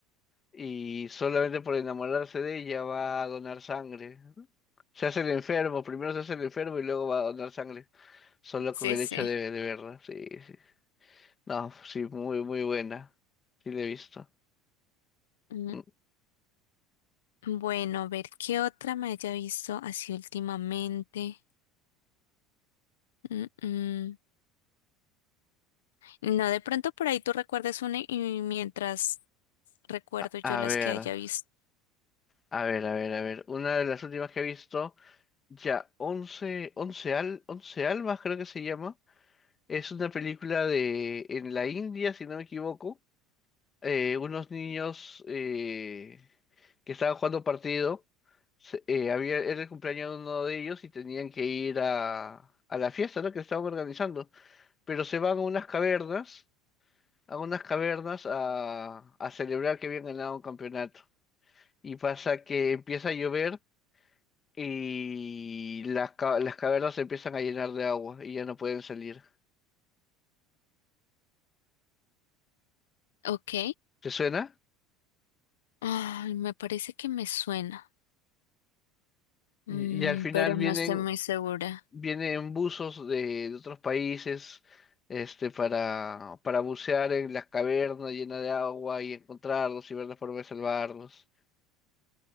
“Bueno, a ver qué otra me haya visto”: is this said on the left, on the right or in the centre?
Left